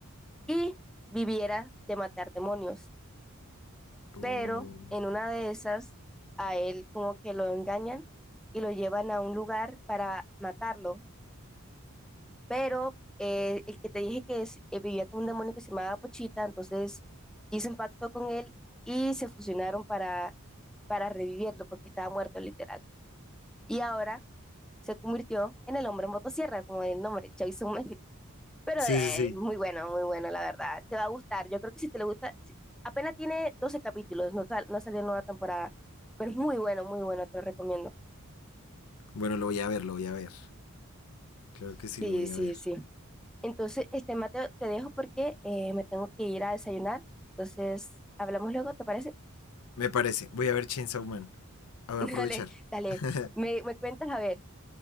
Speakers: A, in the centre; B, on the left.
A: y viviera de matar demonios.
B: Uh,
A: Pero en una de esas a él como que lo engañan y lo llevan a un lugar para matarlo. Pero eh, el que te dije que es, eh, vivía con un demonio que se llamaba Pochita, entonces hizo un pacto con él y se fusionaron para para revivirlo porque estaba muerto literal. Y ahora se convirtió en el hombre motosierra, como el nombre, Chavisum. <laughs> Pero
B: Sí,
A: eh,
B: sí, sí.
A: es muy bueno, muy bueno, la verdad. Te va a gustar. Yo creo que si te le gusta, si- apenas tiene 12 capítulos, no, sal- no salió nueva temporada, pero es muy bueno, muy bueno, te lo recomiendo.
B: Bueno, lo voy a ver, lo voy a ver. Claro que sí,
A: Sí,
B: lo voy
A: sí,
B: a ver.
A: sí. Entonces, este Mateo, te dejo porque eh, me tengo que ir a desayunar. Entonces, hablamos luego, ¿te parece?
B: Me parece. Voy a ver Chainsaw Man. Ah, Voy
A: <laughs>
B: a aprovechar.
A: Dale, dale.
B: <laughs>
A: Me, me cuentas a ver.